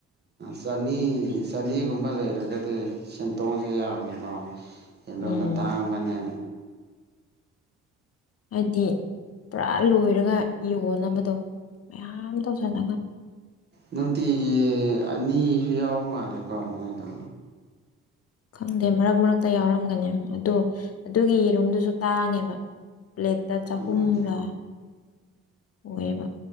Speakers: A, on the right (about 35°); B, on the left (about 50°).
A: ꯆꯅꯤ ꯆꯅꯤꯒꯨꯝꯕ ꯂꯩꯔꯒꯗꯤ ꯁꯦꯟꯇꯣꯡꯁꯦ ꯌꯥꯝꯃꯦꯀꯣ ꯁꯦꯟꯗꯣꯡꯅ
B: ꯎꯝ
A: ꯇꯥꯡꯕꯅꯦ
B: ꯑꯩꯗꯤ ꯄꯨꯔꯥ ꯂꯣꯏꯔꯒ ꯌꯣꯟꯅꯕꯗꯣ ꯃꯌꯥꯝ ꯇꯧꯁꯜꯂꯒ
A: ꯅꯨꯡꯇꯤꯒꯤ ꯑꯅꯤꯁꯨ ꯌꯥꯎ ꯃꯥꯜꯂꯦꯀꯣ ꯃꯣꯏꯗꯣ
B: ꯈꯪꯗꯦ ꯃꯔꯛ ꯃꯔꯛꯇ ꯌꯥꯎꯔꯝꯒꯅꯤ ꯑꯗꯣ ꯑꯗꯨꯒꯤ ꯌꯦꯔꯨꯝꯗꯨꯁꯨ ꯇꯥꯡꯉꯦꯕ ꯄ꯭ꯂꯦꯠꯇ ꯆꯍꯨꯝꯂꯥ
A: ꯎꯝ
B: ꯑꯣꯏꯌꯦꯕ